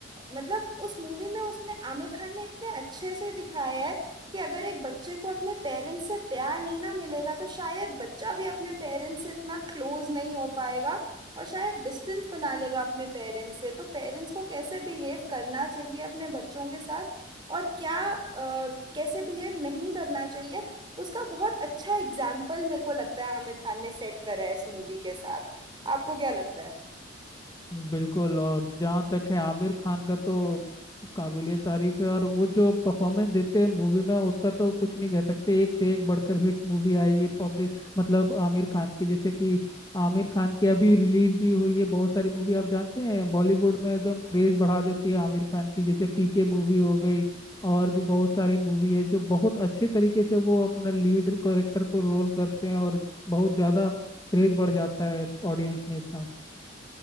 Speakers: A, on the right; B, on the left.
A: मतलब उस मूवी में उसने आमिर खान ने इतने अच्छे से दिखाया है कि अगर एक बच्चे को अपने पेरेंट्स से प्यार नहीं ना मिलेगा तो शायद बच्चा भी अपने पेरेंट्स से इतना क्लोज नहीं हो पाएगा और शायद डिस्टेंस बना लेगा अपने पेरेंट्स से तो पेरेंट्स को कैसे बिहेव करना चाहिए अपने बच्चों के साथ और क्या अ, कैसे बिहेव नहीं करना चाहिए उसका बहुत अच्छा एग्जाम्पल मेरे को लगता है आमिर खान ने सेट करा है इस मूवी के साथ आपको क्या लगता है
B: बिल्कुल और जहाँ तक है आमिर खान का तो काबिलियत तारीफ है और वो जो परफॉर्मेंस देते हैं मूवी में उसका तो कुछ नहीं कह सकते एक से एक बढ़कर हिट मूवी आई है पग- मतलब आमिर खान की जैसे कि आमिर खान की अभी रिलीज भी हुई है बहुत सारी मूवी आप जानते हैं बॉलीवुड में एकदम क्रेज बढ़ा देती है आमिर खान की जैसे पीके मूवी हो गई और भी बहुत सारी मूवी है जो बहुत अच्छे तरीके से वो अपना लीड कैरेक्टर को रोल करते हैं और बहुत ज़्यादा क्रेज बढ़ जाता है ऑडियंस में इसका